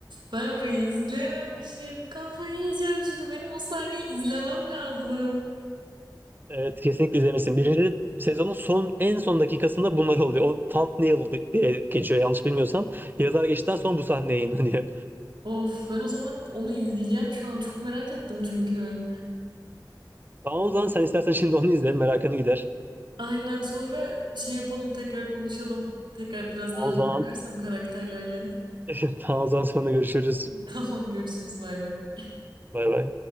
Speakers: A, on the right; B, on the right.
A: ben orayı izlememişim. Kafayı yiyeceğim şimdi. Benim o sahneyi izlemem lazım.
B: Evet kesinlikle izlemesin. Birinci sezonun son en son dakikasında bunlar oluyor. O thumbnail diye geçiyor yanlış bilmiyorsam. Yazar geçtikten sonra bu sahne yayınlanıyor.
A: Of ben o zaman onu izleyeceğim şu an. Çok merak ettim çünkü.
B: Tamam o zaman sen istersen şimdi onu izle. Merakını gider.
A: Aynen sonra şey yapalım tekrar konuşalım. Tekrar biraz
B: Tamam
A: daha
B: o zaman.
A: hatırlarsam karakterlerle.
B: <laughs> Tamam o zaman sonra görüşürüz.
A: <laughs> Tamam görüşürüz bay bay.
B: Bay bay.